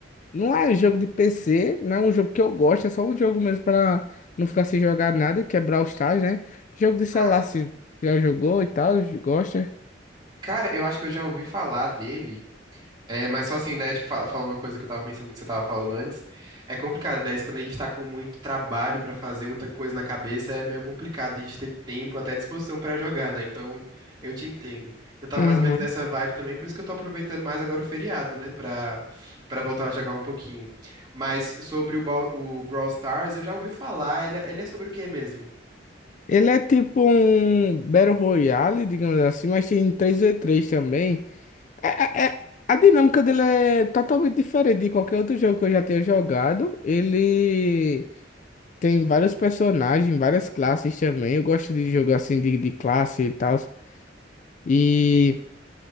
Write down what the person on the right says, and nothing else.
Ah, sim.
Cara, eu acho que eu já ouvi falar dele. É, mas só assim, né? Tipo, fala- falando uma coisa que eu tava pensando que você tava falando antes, é complicado, né? Isso quando a gente tá com muito trabalho pra fazer, muita coisa na cabeça, é meio complicado a gente ter tempo, até disposição pra jogar, né? Então, eu te entendo. Eu tava
mais ou menos nessa vibe também, por isso que eu tô aproveitando mais agora o feriado, né? Pra, pra voltar a jogar um pouquinho. Mas sobre o, Bal- o Brawl Stars, eu já ouvi falar, ele, ele é sobre o quê mesmo?